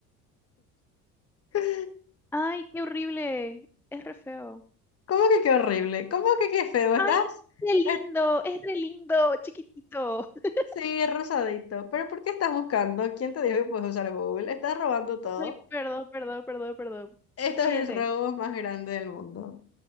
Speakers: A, on the left; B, in the centre.
A: ¿Cómo
B: Ay, qué horrible. Es re feo.
A: que qué horrible? ¿Cómo que qué feo? ¿Estás?
B: Ay, no, es re lindo,
A: es-
B: es re lindo, chiquitito. <laughs>
A: sí, es rosadito. ¿Pero por qué estás buscando? ¿Quién te dijo que puedes usar Google? Estás robando todo.
B: Ay, perdón, perdón, perdón, perdón.
A: Esto
B: Siguiente.
A: es el robo más grande del mundo.